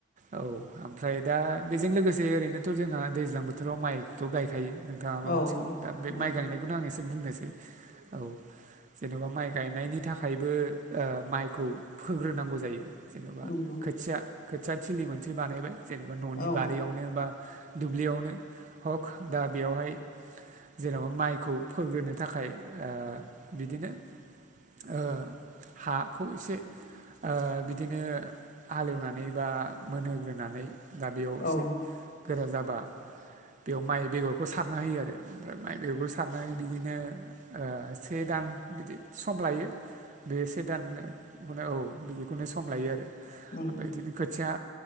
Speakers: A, on the right; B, on the left.
A: औ ओमफ्राय दा बेजों लोगोसे ओरैनोथ' जोंहा दैज्लां बोथोराव माइखौथ' गायखायो नों नोंथाङाबो
B: औ
A: मिथिगौ दा बे
B: नंगौ
A: माइ गायनायखौनो आं एसे बुंनोसै औ जेनेबा माइ गायनायनि थाखायबो माइखौ फोग्रोनांगौ जायो जेनेबा
B: नंगौ
A: खोथिया खोथिया थिलि मोनसे बानायबाय जेनेबा न'नि
B: औ
A: बारियावनो बा दुब्लियावनो हक दा बेयावहाय जेन'बा माइखौ फोग्रोनो थाखाय ओ बिदिनो ओ हाखौ एसे ओ बिद दिनो हालेवनानै बा मोनहोग्रोनानै दा बेयाव एसे
B: औ
A: गोरा जाबा बेयाव माइ बेगरखौ सारना होयो आरो ओमफ्राय माइ बेगरखौ सारनाय बिदिनो से दान बिदि सम लायो बे से दान औ बिदिखौनो सम लायो आरो
B: नंगौ
A: ओमफ्राय बिदिनो खोथिया